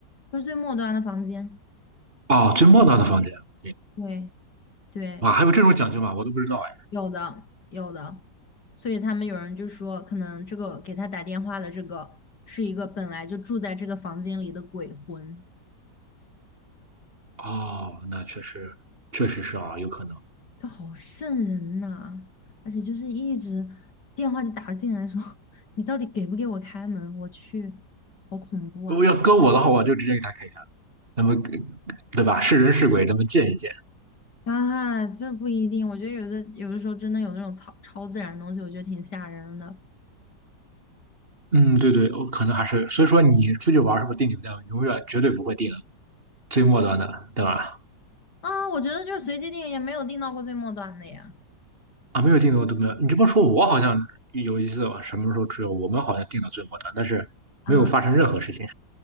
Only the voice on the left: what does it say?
就是最末端的房间。
对对，
有的有的，所以他们有人就说，可能这个给他打电话的这个是一个本来就住在这个房间里的鬼魂。
就好瘆人呐、而且就是一直电话就打进来说 <laughs>，你到底给不给我开门？我去，好恐怖啊！
啊，这不一定，我觉得有的有的时候真的有那种超超自然的东西，我觉得挺吓人的。
啊，我觉得就是随机定也没有定到过最末端的呀。
啊